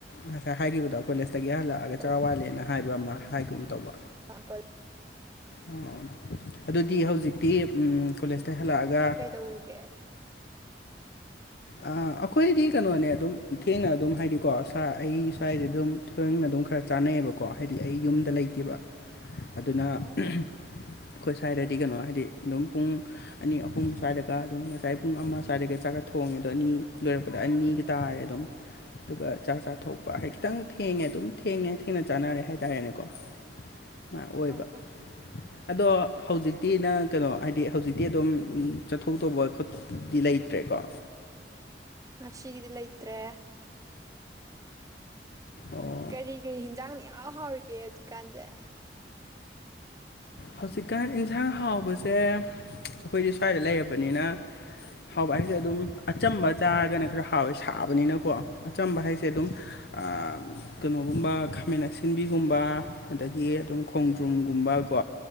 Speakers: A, on the left; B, on the right.
A: ꯉꯁꯥꯏ ꯍꯥꯏꯈꯤꯕꯗꯣ ꯀꯣꯂꯦꯖꯇꯒꯤ ꯍꯜꯂꯛ ꯍꯜꯂꯛꯑꯥꯒꯥ
B: ꯀꯣꯜ
A: ꯆꯔꯥ ꯋꯥꯠꯂꯦꯅ ꯍꯥꯏꯕ ꯑꯃ ꯍꯥꯏꯒꯨꯝ ꯇꯧꯕ
B: ꯑ ꯀꯣꯜ
A: ꯑꯣ ꯑꯗꯨꯗꯤ ꯍꯧꯖꯤꯛꯇꯤ ꯎꯝ ꯀꯣꯂꯦꯖꯇꯩ ꯍꯜꯂꯛꯑꯒ
B: ꯀꯧꯔꯨꯒꯦ
A: ꯑꯥ ꯑꯈꯣꯏꯗꯤ ꯀꯩꯅꯣꯅꯦ ꯑꯗꯨꯝ ꯊꯦꯡꯅ ꯑꯗꯨꯝ ꯍꯥꯏꯗꯤꯀꯣ ꯁꯥ ꯑꯩ ꯁ꯭ꯋꯥꯏꯗꯩ ꯑꯗꯨꯝ ꯂꯧꯁꯤꯟꯕ ꯉꯝꯗꯕ ꯑꯗꯨꯝ ꯈꯔ ꯆꯥꯟꯅꯩꯌꯦꯕ ꯀꯣ ꯍꯥꯏꯗꯤ ꯑꯩ ꯌꯨꯝꯗ ꯂꯩꯇꯦꯕ
B: ꯎꯝ
A: ꯑꯗꯨꯅ ꯎꯝ
B: ꯑꯣ
A: ꯍꯨꯝ
B: ꯑꯣ
A: ꯑꯩꯈꯣꯏ ꯁ꯭ꯋꯥꯏꯗꯗꯤ ꯀꯩꯅꯣ ꯍꯥꯏꯗꯤ ꯑꯗꯨꯝ ꯄꯨꯡ ꯑꯅꯤ ꯑꯍꯨꯝ ꯁ꯭ꯋꯥꯏꯗꯒ ꯑꯗꯨꯝ ꯉꯁꯥꯏ ꯄꯨꯡ ꯑꯃ ꯁ꯭ꯋꯥꯏꯗꯒ ꯆꯥꯛꯀ ꯊꯣꯡꯉꯦ ꯑꯗꯣ ꯑꯅꯤ ꯂꯣꯏꯔꯛꯄꯗ ꯑꯅꯤꯒ ꯇꯥꯔꯦ ꯑꯗꯨꯝ ꯑꯗꯨꯒ ꯆꯥꯛ ꯆꯥꯊꯣꯛꯄ ꯍꯥꯏꯗꯤ
B: ꯎꯝ
A: ꯈꯤꯇꯪ ꯊꯦꯡꯉꯦ ꯑꯗꯨꯝ ꯊꯦꯡꯉꯦ ꯊꯦꯡꯅ ꯆꯥꯟꯅꯔꯦ ꯍꯥꯏꯇꯥꯔꯦꯅꯦꯀꯣ ꯁꯨꯃꯥꯏ ꯑꯣꯏꯕ
B: ꯍꯣꯏ ꯍꯣꯏ
A: ꯑꯗꯣ ꯍꯧꯖꯤꯛꯇꯤ ꯅꯪ ꯀꯩꯅꯣ ꯍꯥꯏꯗꯤ ꯍꯧꯖꯤꯛꯇꯤ ꯑꯗꯨꯝ ꯎꯝ ꯆꯠꯊꯣꯛꯇꯧꯕ ꯈꯣꯠ ꯗꯤ ꯂꯩꯇ꯭ꯔꯦꯀꯣ
B: ꯉꯁꯤꯒꯤꯗꯤ ꯂꯩꯇ꯭ꯔꯦ
A: ꯑꯣ
B: ꯀꯔꯤ ꯀꯔꯤ ꯍꯤꯟꯖꯥꯡꯅ ꯏꯍꯥꯎ ꯍꯥꯎꯔꯤꯒꯦ ꯍꯧꯖꯤꯛꯀꯥꯟꯖꯦ
A: ꯍꯧꯖꯤꯛꯀꯥꯟ ꯏꯟꯁꯥꯡ ꯍꯥꯎꯕꯁꯦ ꯑꯩꯈꯣꯏꯗꯤ ꯁ꯭ꯋꯥꯏꯗ ꯂꯩꯔꯕꯅꯤꯅ ꯍꯥꯎꯕ ꯍꯥꯏꯁꯦ ꯑꯗꯨꯝ ꯑꯆꯝꯕ ꯆꯥꯔꯒꯅ ꯈꯔ ꯍꯥꯎꯋꯦ ꯁꯥꯕꯅꯤꯅꯀꯣ ꯑꯆꯝꯕ ꯍꯥꯏꯁꯦ ꯑꯗꯨꯝ ꯑꯥ ꯀꯩꯅꯣꯒꯨꯝꯕ ꯈꯥꯃꯦꯟ ꯑꯁꯤꯟꯕꯤꯒꯨꯝꯕ ꯑꯗꯒꯤ ꯑꯗꯨꯝ ꯈꯣꯡꯗ꯭ꯔꯨꯝꯒꯨꯝꯕ ꯀꯣ